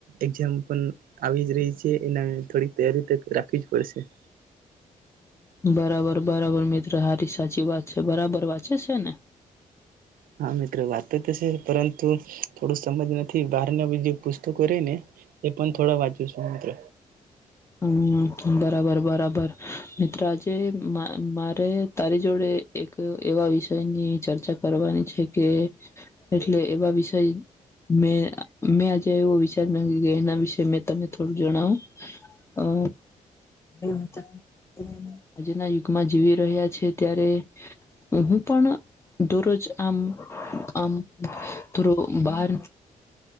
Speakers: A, on the right (about 75°); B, on the left (about 20°).
A: એક્ઝામ પણ આવી જ રહી છે, એના થોડી તૈયારી તો રાખવી જ પડશે.
B: બરાબર-બરાબર મિત્ર હારી સાચી વાત છે. બરાબર વાંચે છે ને?
A: હા મિત્ર, વાંચતો તો છે, પરંતુ થોડું-થોડું સમજ નથી. બહાર ના બીજું પુસ્તકો રે ને એ પણ થોડા વાંચું છું મિત્ર.
B: <unintelligible> બરાબર-બરાબર. મિત્ર આજે મા મારે તારી જોડે એક એવા વિષયની ચર્ચા કરવાની છે કે એટલે એવા વિષય મે અહ મેં આજે એવું વિચારી નાખ્યું કે એના વિશે મે તને થોડું જણાવું. હા. <unintelligible> આજના યુગમાં જીવી રહ્યા છે, ત્યારે હું પણ દોરોજ આમ-આમ થોડુંક બહાર